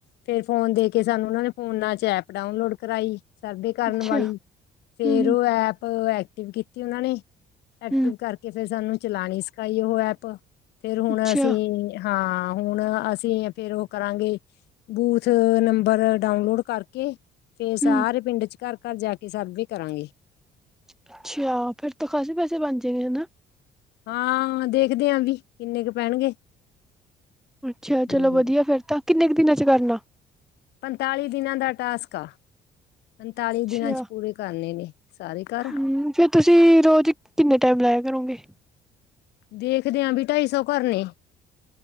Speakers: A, on the left; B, in the centre.
A: ਫੇਰ ਫੋਨ ਦੇਕੇ ਸਾਨੂੰ ਉਹਨਾਂ ਨੇ ਫੋਨਾਂ'ਚ ਐਪ ਡਾਊਨਲੋਡ ਕਰਾਈ। ਸਰਵੇ ਕਰਨ
B: ਅੱਛਾ,
A: ਵਾਲੀ, ਫੇਰ
B: ਹੂੰ ਹੂੰ
A: ਉਹ ਐਪ ਐਕਟਿਵ ਕੀਤੀ ਉਹਨਾਂ ਨੇ। ਐਕਟਿਵ
B: ਹੂੰ
A: ਕਰਕੇ ਫੇਰ ਸਾਨੂੰ ਚਲਾਣੀ ਸਿਖਾਈ ਉਹ ਐਪ, ਫੇਰ ਹੁਣ
B: ਅੱਛਾ,
A: ਅਸੀਂ ਹਾਂ ਹੁਣ, ਅਸੀਂ ਫੇਰ ਉਹ ਕਰਾਂਗੇ ਬੂਥ ਨੰਬਰ ਡਾਊਨਲੋਡ ਕਰਕੇ ਫੇਰ ਸਾਰੇ
B: ਹੂੰ
A: ਪਿੰਡ'ਚ, ਘਰ-ਘਰ ਜਾਕੇ ਸਰਵੇ ਕਰਾਂਗੇ।
B: ਅੱਛਾ, <inaudible>
A: ਹਾਂ, ਦੇਖਦੇ ਆ ਵੀ, ਕਿੰਨੇ ਕੁ ਪੈਣਗੇ।
B: ਅੱਛਾ,
A: ਹਮ
B: ਚਲੋ ਵਧੀਆ ਫੇਰ ਤਾਂ, ਕਿੰਨੇ ਕ ਦਿਨਾਂ'ਚ ਕਰਨਾ?
A: ਪੰਤਾਲੀ ਦਿਨਾਂ ਦਾ ਟਾਸਕ ਆ, ਪੰਤਾਲੀ
B: ਅੱਛਾ,
A: ਦਿਨਾਂ'ਚ ਪੂਰੇ ਕਰਨੇ ਨੇ। ਸਾਰੇ ਘਰ
B: ਹੂੰ, ਫੇਰ ਤੁਸੀਂ ਰੋਜ਼ ਕਿੰਨੇ ਟਾਈਮ ਲਾਇਆ ਕਰੋਂਗੇ?
A: ਦੇਖਦੇ ਆਂ, ਵੀ ਢਾਈ ਸੌ ਘਰ ਨੇੇ।